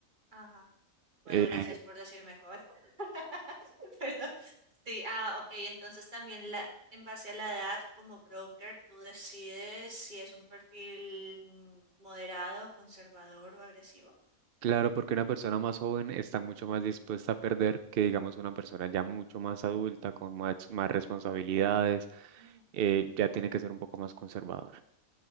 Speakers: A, on the right; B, on the right.
A: Ajá. Bueno,
B: Eh,
A: gracias por decir mejor. <laughs> Pero, sí, ah, ok, entonces también la, en base a la edad, como broker, tú decides si es un perfil mm, moderado, conservador o agresivo.
B: Claro, porque una persona más joven está mucho más dispuesta a perder que, digamos, una persona ya mucho más adulta, con más, más responsabilidades,
A: Mm.
B: eh, ya tiene que ser un poco más conservador.